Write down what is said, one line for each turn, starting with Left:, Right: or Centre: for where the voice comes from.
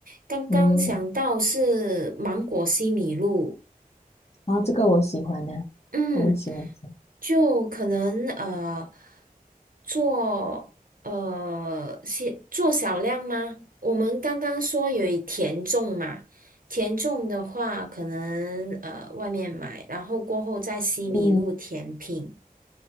Right: 刚刚想到是芒果西米露。
Left: 嗯，啊，这个我喜欢的，
Right: 嗯，
Left: 我也喜欢吃。
Right: 就可能呃做呃些做小量吗？我们刚刚说有一甜粽嘛，甜粽的话可能呃外面买，然后过后在西米露甜品。
Left: 嗯